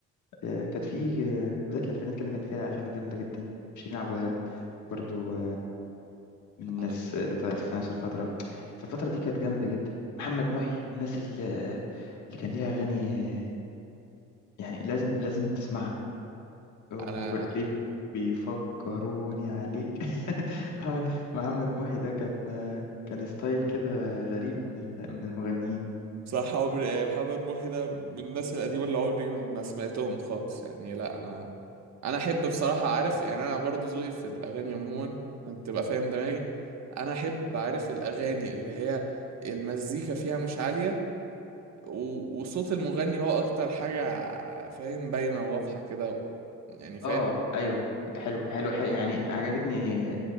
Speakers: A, on the left; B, on the right.
A: آه، كانت في آه، بداية الألفينات كده كان فيها أغاني جامدة جدا شيرين عبد الوهاب برضو من الناس
B: انا
A: اللي طلعت في نفس الفترة فالفترة دي كانت جامدة جدا محمد محي من الناس اللي, اللي كان ليها أغاني يعني لازم لازم تسمعها وليه
B: انا
A: بيفكروني عليك <laughs> محمد محمد محي ده كان كان ستايل كده غريب من ال- من المغنيين
B: صح عمري ايه محمد محي ده من الناس القديمة اللي عمري ما ما سمعتهم خالص يعني لا انا انا احب بصراحة عارف يعني انا برضو ذوقي في الاغاني عموما عشان تبقى فاهم دماغي انا احب عارف الاغاني اللي هي المزيكا فيها مش عالية و- وصوت المغني هو اكتر حاجة فاهم باينة وواضحة كده يعني فاهم
A: اه ايوه حلو حلو, حلو يعني عجبتني